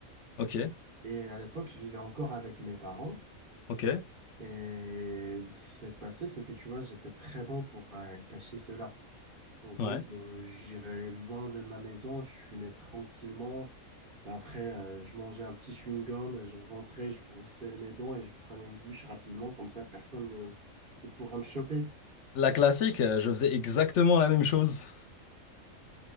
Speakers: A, on the left; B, on the right.
A: Ok,
B: Et à l'époque, je vivais encore avec mes parents.
A: ok,
B: Et ce qui s'est passé, c'est que tu vois, j'étais très bon pour euh, cacher cela. En gros,
A: ouais.
B: euh, j'irai loin de ma maison, je fumais tranquillement. Bah, Après, euh, je mangeais un petit chewing-gum, je rentrais, je brossais mes dents et je prenais une douche rapidement, comme ça personne ne, ne pourra me choper.
A: La classique, euh, je faisais exactement la même chose.